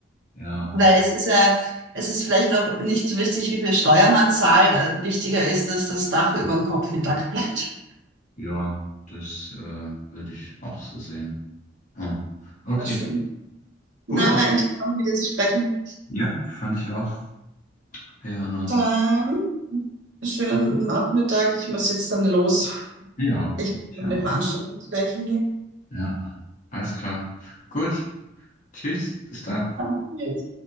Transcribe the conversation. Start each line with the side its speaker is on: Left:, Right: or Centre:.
Left: ja,
Right: weil es ist ja, es ist vielleicht noch nicht so wichtig, wie viel Steuer man zahlt. Äh, Wichtiger ist, dass das Dach über dem Kopf intakt bleibt.
Left: ja, das äh, würde ich auch so sehen. Ah, okay,
Right: Sehr schön.
Left: gut.
Right: Na, war interessant, mit dir zu sprechen.
Left: Ja, fand ich auch. Wir hören uns.
Right: Dann schönen Nachmittag. Ich muss jetzt dann los.
Left: Ja,
Right: Ich muss
Left: ich
Right: noch
Left: auch.
Right: eine Veranstaltung gleich gehen.
Left: Ja, alles klar. Gut, tschüss, bis dann.
Right: Danke.